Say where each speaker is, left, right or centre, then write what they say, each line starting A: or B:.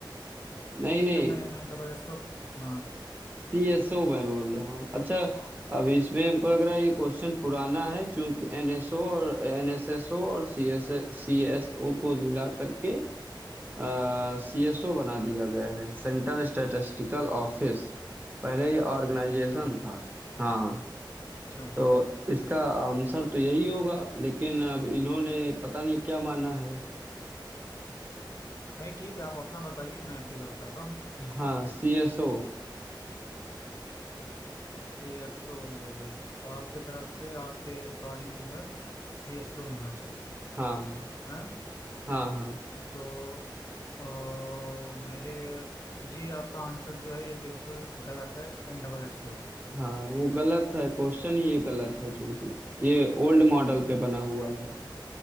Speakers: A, on the right; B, on the left.
A: नहीं
B: ठीक
A: नहीं
B: है मैं M nine double S O, हाँ
A: सी एस ओ मैं बोल रहा हूँ अच्छा अब इसमें हमको लग रहा है ये क्वेश्चन पुराना है क्योंकि एन एस ओ और एन एस एस ओ और C S C S O को मिला करके सी एस ओ बना दिया गया है सेंट्रल स्टैटिस्टिकल ऑफिस पहले ये ऑर्गेनाइजेशन
B: अच्छा
A: था हाँ
B: अच्छा
A: तो इसका आंसर तो यही होगा लेकिन अब इन्होंने पता नहीं क्या माना है
B: नहीं ठीक है आप अपना बताइए मैं फिर बताता हूँ
A: हाँ सी एस ओ
B: सी एस ओ आपके तरफ से आपके अकॉर्डिंग जो है सी एस ओ होना चाहिए
A: हाँ
B: है
A: हाँ हाँ
B: तो अ, मेरे जी आपका आंसर जो है ये बिल्कुल गलत है एन डबल एस ओ है
A: हाँ वो गलत है क्वेश्चन ही ये गलत है क्योंकि ये ओल्ड मॉडल पे बना हुआ है